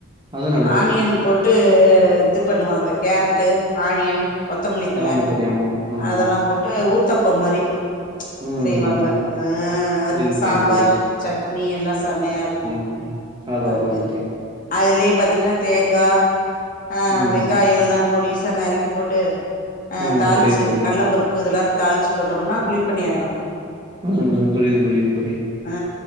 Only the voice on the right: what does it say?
அதா
ஆமா தோழி ஆமா ம்
ம்
புரியுது
புரியுது தோழி
ம் அதா
அதா தோழி
ம்
ம்
புரியுது தோழி
ம் புரிய்து புரிய்து தோழி